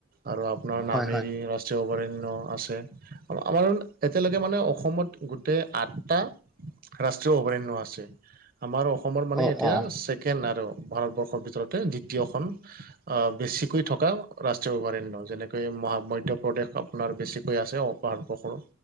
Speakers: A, on the right; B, in the centre.
A: আৰু আপোনাৰ নামেৰি
B: হয় হয়
A: ৰাষ্ট্ৰীয় ৰাষ্ট্ৰীয় অভয়াৰণ্য আছে, আমাৰ এতিয়ালৈকে মানে অসমত গোটেই আঠটা ৰাষ্ট্ৰীয় অভয়াৰণ্য আছে, আমাৰ অসমৰ মানে
B: অ
A: এতিয়া
B: অ
A: ছেকেণ্ড আৰু। ভাৰতবৰ্ষৰ ভিতৰতে দ্বিতীয়খন। আহ বেছিকৈ থকা ৰাষ্ট্ৰীয় অভয়াৰণ্য যেনেকৈ মহা মধ্যপ্ৰদেশ আপোনাৰ বেছিক হৈ আছে অ পাহাৰ পখুৰ